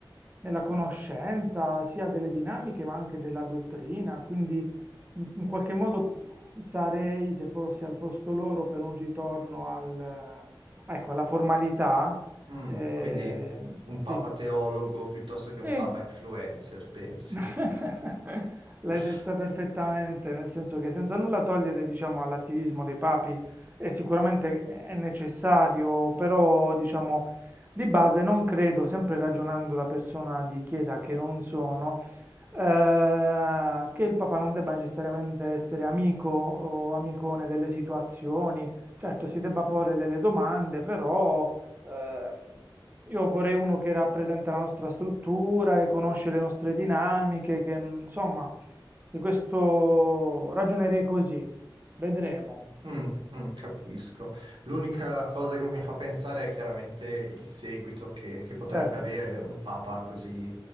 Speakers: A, on the right; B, on the right.
A: nella conoscenza sia delle dinamiche ma anche della dottrina, quindi in in qualche modo mh, sarei, se fossi al posto loro, per un ritorno al, eh, ecco, alla formalità.
B: Mm,
A: eh,
B: Quindi un
A: sì,
B: Papa teologo piuttosto che un
A: sì,
B: Papa influencer, pensi?
A: <laughs> L'hai
B: <laughs>
A: detta perfettamente, nel senso che senza nulla togliere, diciamo, all'attivismo dei papi, eh, sicuramente è necessario, però, diciamo, di base non credo, sempre ragionando da persona di chiesa che non sono, eh, che il papa non debba necessariamente essere amico o amicone delle situazioni. Certo, si debba porre delle domande, però... ehm, io vorrei uno che rappresenta la nostra struttura e conosce le nostre dinamiche, che insomma, di questo ragionerei così. Vedremo.
B: Mm, mm, capisco. L'unica cosa che mi fa pensare è chiaramente il seguito che, che potrebbe
A: Certo,
B: avere un papa così,